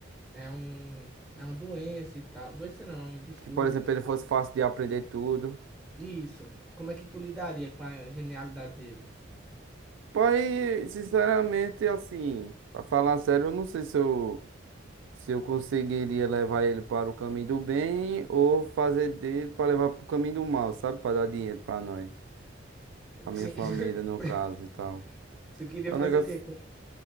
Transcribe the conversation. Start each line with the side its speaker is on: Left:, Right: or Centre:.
Centre: É um, é uma doença e tal. Doença não, é um distúrbio
Right: que, por exemplo,
Centre: e
Right: ele
Centre: tal.
Right: fosse fácil de aprender tudo.
Centre: Isso. Como é que tu lidaria com a genialidade dele?
Right: Pai, sinceramente, assim, pra falar sério, eu não sei se eu, se eu conseguiria levar ele para o caminho do bem ou fazer dele para levar para o caminho do mal, sabe? Para dar dinheiro para nós, a minha
Centre: Sim.
Right: família, no caso
Centre: <laughs>
Right: e tal.
Centre: Tu queria
Right: É
Centre: fazer
Right: um negócio.
Centre: o quê com